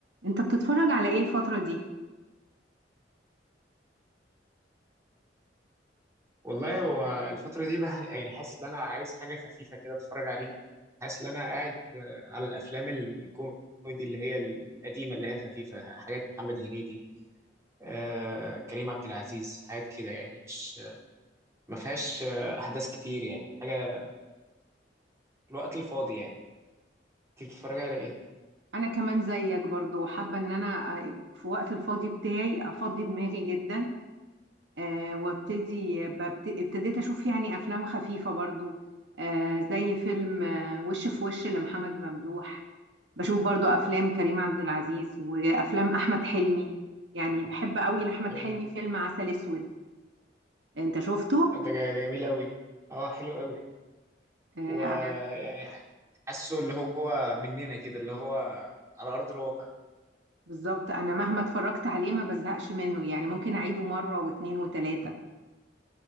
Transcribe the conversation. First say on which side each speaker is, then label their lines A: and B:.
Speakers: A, on the right; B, on the right.
A: انت بتتفرج على ايه الفترة دي؟
B: والله هو الفترة دي بح... يعني حاسس إن أنا عايز حاجة خفيفة كده أتفرج عليها حاسس إن أنا قاعد آه، على الأفلام الكوميدي اللي هي القديمة اللي هي الخفيفة حاجات محمد هنيدي آه، كريم عبد العزيز حاجات كده يعني مش آه، ما فيهاش آه، أحداث كتير يعني حاجة الوقت الفاضي يعني تيجي تتفرج على إيه؟
A: انا كمان زيك برضو حابة ان انا آه، في وقت الفاضي بتاعي افضي دماغي جدا أه وابتدي ببت- ابتديت اشوف يعني افلام خفيفة برضو أه زي فيلم آه، وش في وش لمحمد ممدوح بشوف برضو افلام كريم عبد العزيز وافلام احمد حلمي يعني بحب قوي لاحمد
B: حلو
A: حلمي فيلم عسل اسود انت شفته؟
B: ده جا- ده جميل أوي أه حلو أوي
A: آه، انا
B: ويعني حاسه اللي هو مننا كده اللي هو على أرض الواقع
A: بالظبط انا مهما اتفرجت عليه ما بزهقش منه يعني ممكن اعيده مرة واثنين وثلاثة